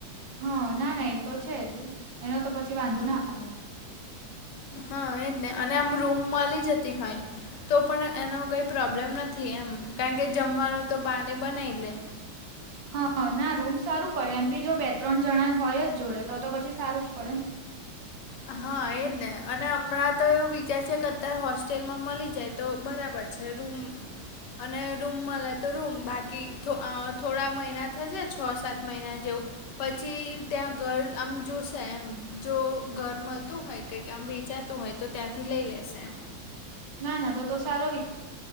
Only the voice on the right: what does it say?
હા ના ના એ તો છે જ એનો તો પછી વાંધો ના આવે.
હા ના રૂમ સારું પડે એમ બી જો બે ત્રણ જણા હોય જ જોડે તો પછી સારું જ પડે ને.
ના ના તો તો સારો વિ